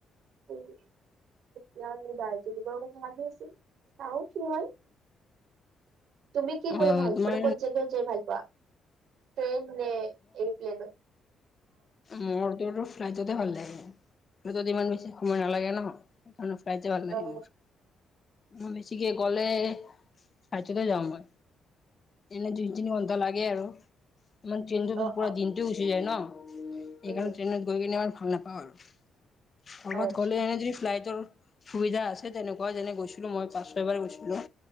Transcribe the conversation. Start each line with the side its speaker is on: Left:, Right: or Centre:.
Right: উম এতিয়া দাৰ্জিলিঙৰ কথা ভাবি আছো। চাও কি হয়। তুমি কি কৰি
Left: অ
Right: ভাল
Left: তোমাৰ
Right: মানে ক'ত জেগাই যাই ভাল পোৱা? এৰপ্লেনত
Left: মোৰটো ফ্লাইটতে ভাল লাগে। ফ্লাইটত ইমান বেছি সময় নালাগে ন। ফ্লাইটতে ভাল লাগে
Right: অ
Left: মোৰ। উম, বেছি কে গলে চাৰ্যতে যাম মই। এনে দুই তিনি ঘন্টা লাগে আৰু। মানে ত্ৰেইনত
Right: অ
Left: পৰা
Right: অ
Left: দিনটো গুচি যায় ন,
Right: উম
Left: এইকাৰণে ত্ৰেইনত গৈ কিনে আমাৰ ভাল নাপাওঁ আৰু ক'ৰবাত
Right: অ আচ্ছা
Left: গ'লে এনেই যদি ফ্লাইটৰ সুবিধা আছে তেনেকুৱা যেনে গৈছিলো মই পাঁচ ছয় এবাৰ গৈছিলো।